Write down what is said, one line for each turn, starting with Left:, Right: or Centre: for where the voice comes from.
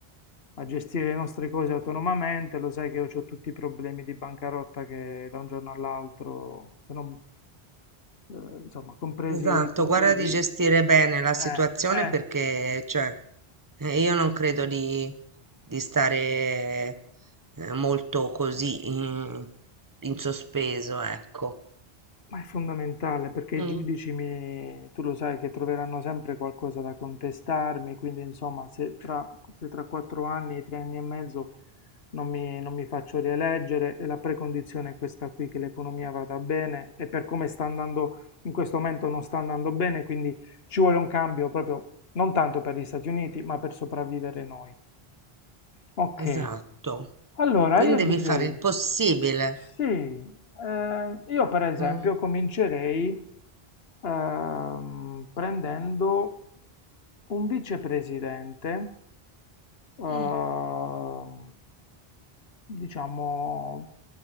Left: a gestire le nostre cose autonomamente. Lo sai che io ho tutti i problemi di bancarotta che da un giorno all'altro, se non, eh, insomma, compresi,
Right: Esatto,
Left: compresi,
Right: guarda di gestire bene la situazione
Left: eh, eh.
Right: perché, cioè, Eh, io non credo di, di stare eh, molto così in, in sospeso, ecco.
Left: Ma è fondamentale perché i
Right: Mm,
Left: giudici mi, tu lo sai che troveranno sempre qualcosa da contestarmi, quindi insomma se tra, se tra quattro anni, tre anni e mezzo non mi, non mi faccio rieleggere e la precondizione è questa qui, che l'economia vada bene e per come sta andando in questo momento non sta andando bene, quindi ci vuole un cambio proprio non tanto per gli Stati Uniti ma per sopravvivere noi. Ok,
Right: esatto.
Left: allora,
Right: Quindi
Left: io direi
Right: devi fare il possibile.
Left: sì, eh, io per esempio
Right: Mm.
Left: comincerei ehm, prendendo un vicepresidente, ehm,
Right: Mm,
Left: diciamo,